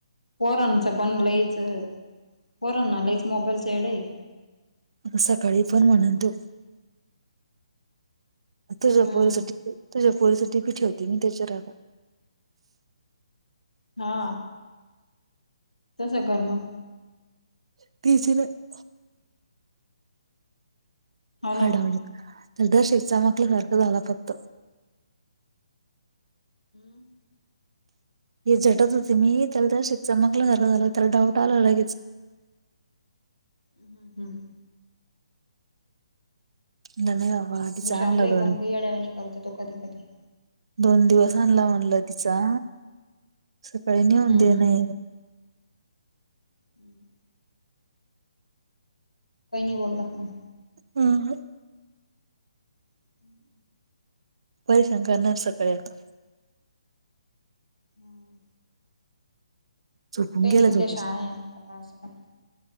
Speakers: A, on the left; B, on the right.
A: पोरांचं पण लईच, पोरांना लईच मोबाईलचं येड ये
B: सकाळी पण म्हणल तो तुझ्यापोरीसाठी.
A: हम्म
B: तुझ्या पोरीसाठी <unintelligible> होती त्यांच्या रागा.
A: हा. तसं कर मग.
B: <unintelligible>
A: हो ना
B: हडळ तर दर्शक चामकल्यासारखं झाला फक्तं.
A: <inaudible>
B: हे झटत होती मी. त्याला त्या दर्शक चमकल झाला, त्याला डाऊट आलं लगेच.
A: हम हम.
B: धन्य आहे बाबा, चांगलं
A: हुशार लई
B: घर
A: पण
B: ये.
A: लई येड्यावानी करतो तो कधी कधी
B: दोन दिवस आणला म्हणलं तिचा, सकाळी नेऊन
A: हम्म
B: दे ने.
A: हम. कै नाही बोलात मग.
B: अहम.
A: <inaudible>
B: परेशान करणारं सकाळी आता.
A: हां.
B: झोपून
A: काही
B: गेला
A: नाही
B: झोपेच
A: उद्या शाळा <unintelligible>